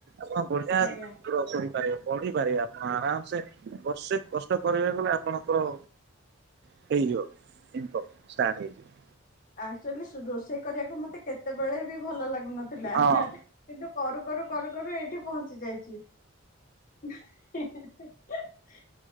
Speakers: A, on the right; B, on the left.
A: ଆପଣ ବଢିଆ
B: ଆଜ୍ଞା।
A: ପ୍ରୋ କରିପାରିବେ ପଢିପାରିବେ ଆପଣ ଆରାମ ସେ ବର୍ଷେ କଷ୍ଟ କରିବାକୁ ଗଲେ ଆପଣଙ୍କର <unintelligible>
B: ଆଚୁଆଲି ରୋଷେଇ କରିବାକୁ ମତେ କେତେବେଳେ ବି ଭଲ ଲାଗୁନଥିଲା।
A: ହଁ
B: କିନ୍ତୁ କରୁ କରୁ କରୁ କରୁ ଏଇଠି ପହଞ୍ଚି ଯାଇଛି। <unintelligible>